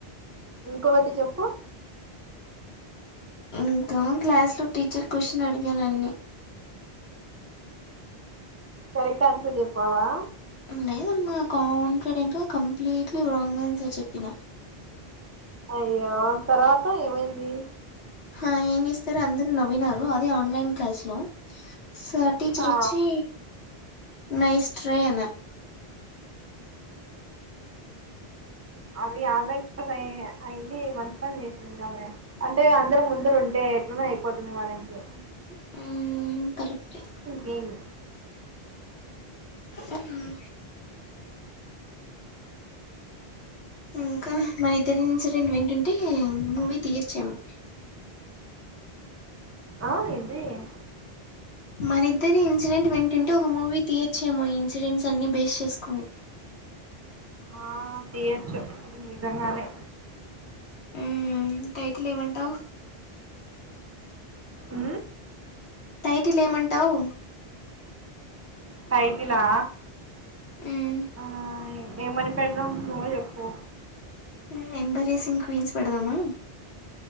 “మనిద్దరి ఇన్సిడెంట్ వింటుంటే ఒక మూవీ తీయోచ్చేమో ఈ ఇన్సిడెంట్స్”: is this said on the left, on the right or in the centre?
Left